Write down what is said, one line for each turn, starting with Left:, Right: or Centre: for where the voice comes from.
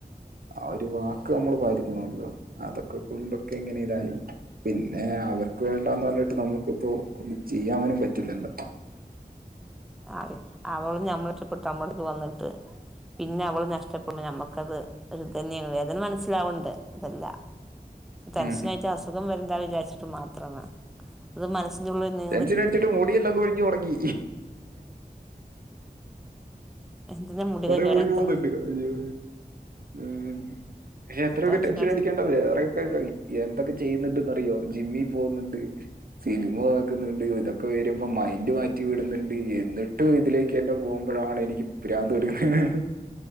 Right: ആ ഒരു വാക്ക് നമ്മള് പാലിക്കണവല്ലോ അതൊക്കെ കൊണ്ടൊക്കെങ്ങനെ ഇതായി പിന്നെ അവർക്ക് വേണ്ടാന്നറഞ്ഞിട്ട് നമുക്കിപ്പൊ ഒന്ന് ചെയ്യാനും പറ്റില്ലല്ലോ
Centre: ആഹ് അവള് നമ്മളെഷ്ടപ്പെട്ട് നമ്മളടക്ക് വന്നിട്ട് പിന്നെവള് നഷ്ടപ്പെടുന്നു ഞമ്മക്കത് ഒരിതന്നേണ് വേദന മനസിലാവ്ണ്ട് അതല്ല ടെൻസനായിട്ട്
Right: ഉം
Centre: അസുഖം വരെന്താന്ന് വിചാരിച്ചിട്ട് മാത്രാണ് അത് മനസ്സിന്റുള്ള്ന്ന്
Right: ടെൻഷനടിച്ചിട്ട് മുടിയെല്ലാം കൊഴിഞ്ഞൊടങ്ങി
Centre: എന്തിനാ മുടിയൊക്കെ
Right: കൊറെ
Centre: കേടര്ത്ത്ണ്
Right: മുടി പോവ്ന്നിണ്ട് അയ്യോ ഉം പക്ഷെ എത്രയൊക്കെ
Centre: ടെൻഷൻ
Right: ടെൻഷനടിക്കണ്ട വേറെ എന്തൊക്കെ ചെയ്യുന്നുണ്ട്ന്നറിയോ ജിമ്മി പോന്നൊണ്ട് സിനിമ ന്ന്ണ്ട് ഇതൊക്കെ വരുമ്പൊ മൈന്ഡ് മാറ്റി വിട്ന്ന്ണ്ട് എന്നിട്ടു ഇതിലേക്കന്നെ പോമ്പഴാണ് എനിക്ക് പ്രാന്ത് പിടിക്കുന്നെഹ്ഹ്